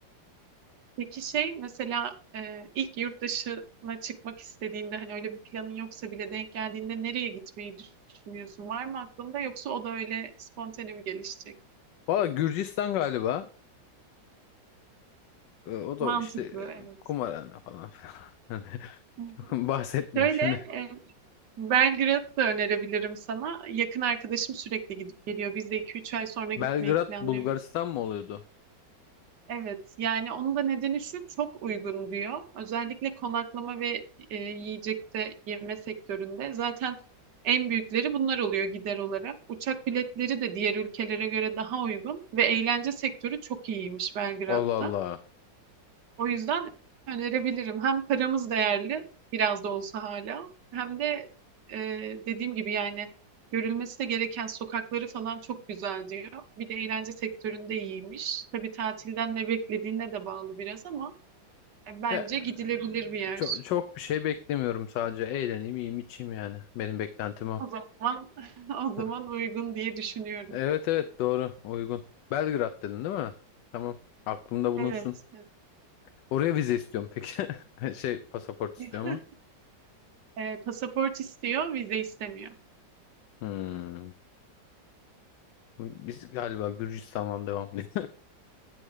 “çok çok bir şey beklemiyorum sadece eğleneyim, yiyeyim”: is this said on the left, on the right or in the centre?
Left